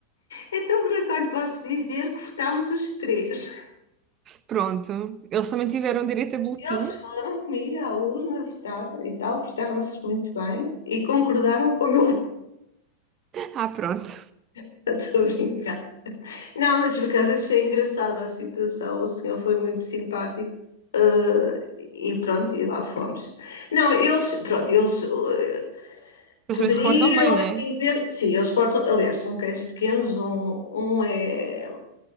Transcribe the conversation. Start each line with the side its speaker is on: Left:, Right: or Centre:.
Left: então, pronto, olha, posso dizer que votámos os três.
Right: Pronto. Eles também tiveram direito a boletim.
Left: Eles foram comigo à urna, votaram e tal, portaram-se muito bem e concordaram com o meu voto,
Right: Ah, pronto.
Left: <laughs> estou a brincar. Não, mas por acaso achei engraçada a situação, o senhor foi muito simpático. eh, e pronto, e lá fomos. Não, eles, pronto, eles eh,
Right: Mas
Left: poderiam,
Right: também se portam bem, não é?
Left: even- sim, eles portam, aliás, são cães pequenos, um, um é,